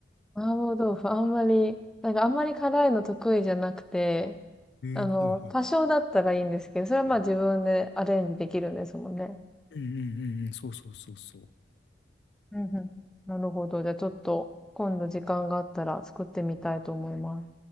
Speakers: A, in the centre; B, on the left (about 70°).
A: 麻婆豆腐、あんまり、なんかあんまり辛いの得意じゃなくて、
B: えー、
A: あの、
B: はいはい。
A: 多少だったらいいんですけど、それはまあ自分でアレンジできるんですもんね。
B: うんうんうんうん。そうそうそうそう。
A: うんうん。なるほど。じゃあちょっと今度時間があったら作ってみたいと思います。